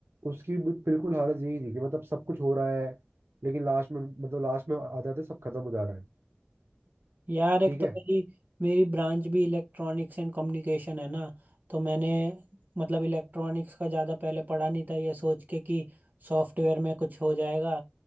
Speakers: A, on the right (about 70°); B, on the right (about 45°).
A: उसकी भी बिल्कुल हालत यही थी कि मतलब सब कुछ हो रहा है लेकिन लास्ट में मतलब लास्ट में आते आते सब खत्म हो जा रहा है
B: यार एक
A: ठीक
B: तो
A: है
B: मेरी मेरी ब्रांच भी इलेक्ट्रॉनिक्स एंड कम्युनिकेशन है ना तो मैंने मतलब इलेक्ट्रॉनिक्स का ज़्यादा पहले पढ़ा नहीं था ये सोच के कि सॉफ्टवेयर में कुछ हो जाएगा